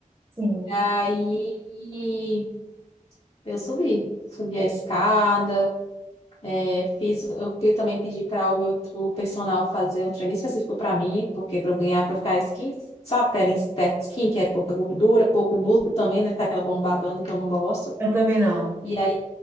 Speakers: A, on the right; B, on the left.
A: Sim.
B: Aí eu subi. Subi a escada, é, fiz, eu fui também pedir para o meu o personal fazer um treino específico para mim, porque para eu ganhar, para ficar skin, sabe, pele esperta skin, que é pouca gordura, pouco músculo também, né? Tá aquela bombadona que eu não gosto.
A: Eu também não.
B: E aí